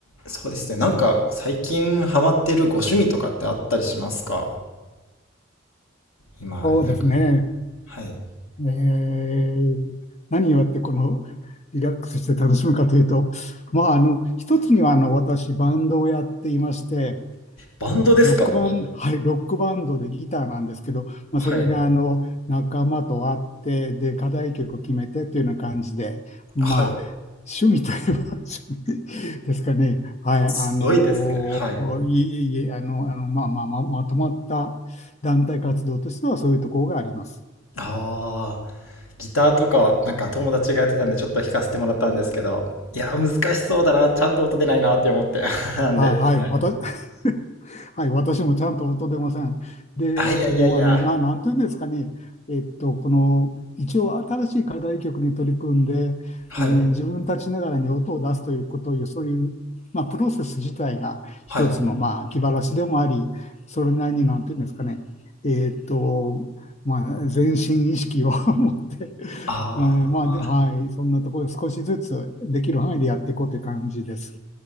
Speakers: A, on the left (about 80°); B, on the left (about 35°).
A: そうですね。なんか最近ハマってるご趣味とかってあったりしますか今。
B: そうですね。
A: はい。
B: えー何をやってこのリラックスして楽しむかというと、まあ、あの、一つにはあの私、バンドをやっていまして、
A: バンドですか
B: ロックバン、<laughs> はい、ロックバンドでギターなんですけど、まあ、
A: はい。
B: それがあの仲間と会って、で、課題曲を決めてというような感じで、まあ、
A: はい。
B: 趣味といえば <laughs> 趣味ですかね。はい、
A: すごいですね。
B: あのーいえいえいえ、
A: はい。
B: あの、あの、まあまあまあ、まとまった団体活動としてはそういうところがあります。
A: ああ、ギターとか、なんか友達がやってたんでちょっと弾かせてもらったんですけど、いや、難しそうだな。ちゃんと音出ないなって思って。<laughs> なんで、
B: はい、はい、
A: はい。
B: 私、<laughs> はい、私もちゃんと音出ません。で、
A: あ、いやいやいや。
B: もう、あの、まあ、なんというんですかね、えっと、この、一応、新しい課題曲に取り組んで、
A: はい。
B: えー自分たちながらに音を出すということをいう、そういう、まあ、プロセス自体が一つの、
A: はい。
B: まあ、気晴らしでもあり、それなりに、なんというんですかね、えっと、まあ、全身意識を <laughs> 持って、
A: ああ、
B: えーまあ、で、はい、そんなところ、少しずつできる範囲でやっていこうという感じです。